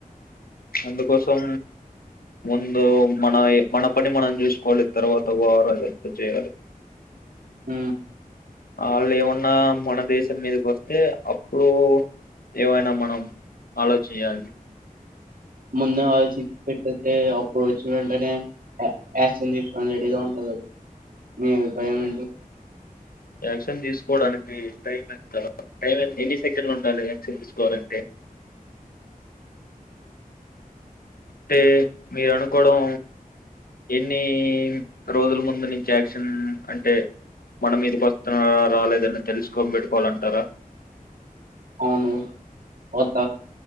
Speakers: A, on the left; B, on the right.
A: అందుకోసం ముందు మనవి మన పని మనం చూసుకోవాలి తర్వాత వార్ అది అంత చేయాలి
B: ఆ
A: ఆళ్ళు ఏమన్నా మన దేశం మీదకి వస్తే అప్పుడు ఏమైనా మనం అలోచేయాలి
B: ముందే హౌస్ ఇడ్సిపెట్టేసి అప్పుడు వచ్చిన వెంటనే యాక్షన్ తీసుకొని రెడీగా ఉంటంది అభిప్రాయం ఏంటి
A: యాక్షన్ తీసుకోవడానికి టైం ఎంతా టైం ఎన్ని సెకండ్లు ఉండాలి యాక్షన్ తీసుకోవాలంటే అంటే మీరు అనుకోవడం ఎన్ని రోజుల ముందు నుంచి యాక్షన్ అంటే మన మీదికి వస్తున్నారా రాలేదని తెలుసుకొని బెట్టుకోవాలంటారా
B: అవును కొత్త